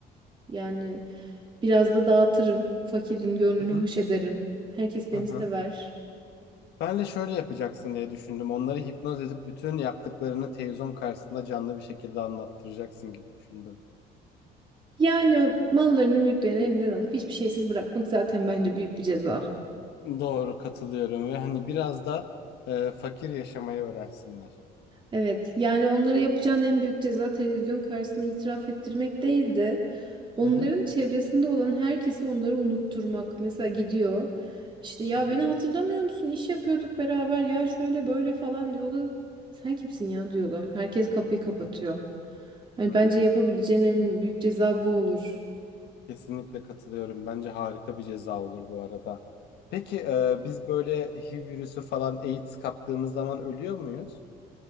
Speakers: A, on the right; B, on the left.
A: yani biraz da dağıtırım. Fakirin gönlünü
B: Hı
A: hoş ederim. Herkes beni
B: hı. hı.
A: sever.
B: Ben de şöyle yapacaksın diye düşündüm. Onları hipnoz edip bütün yaptıklarını televizyon karşısında canlı bir şekilde anlattıracaksın gibi düşündüm.
A: Yani mallarını mülklerini elinden alıp hiçbir şeysiz bırakmak zaten bence büyük bir ceza.
B: Doğru katılıyorum ve hani biraz da e, fakir yaşamayı öğrensinler.
A: Evet, yani onlara yapacağın en büyük ceza televizyon karşısında itiraf ettirmek değildi. Onların
B: Hı hı.
A: çevresinde olan herkesi onları unutturmak. Mesela gidiyor. İşte ya
B: Hı hı.
A: beni hatırlamıyor musun? İş yapıyorduk beraber. Ya şöyle böyle falan diyor. O da sen kimsin ya diyorlar. Herkes kapıyı kapatıyor.
B: Hı hı.
A: Hani
B: Hı hı.
A: bence yapabileceğin en büyük ceza bu olur.
B: Kesinlikle katılıyorum. Bence harika bir ceza olur bu arada. Peki e, biz böyle HIV virüsü falan AIDS kaptığımız zaman ölüyor muyuz?